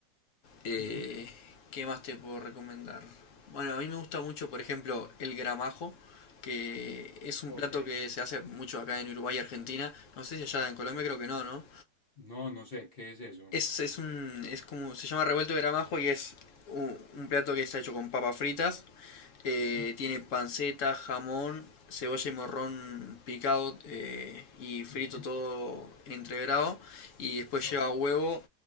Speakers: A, on the left (about 65°); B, on the left (about 35°).
A: Eh,
B: ujú,
A: ¿Qué más te puedo recomendar? Bueno, a mí me gusta mucho, por ejemplo, el gramajo, que es un
B: ok.
A: plato que se hace mucho acá en Uruguay y Argentina. No sé si allá en Colombia, creo que no, ¿no?
B: No, no sé, ¿qué es eso?
A: Es, es un. Es como. Se llama revuelto de gramajo y es un, un plato que está hecho con papas fritas. Eh,
B: Ujú,
A: tiene panceta, jamón, cebolla y morrón picado eh, y frito
B: ujú,
A: todo entreverado. Y después
B: ok.
A: lleva huevo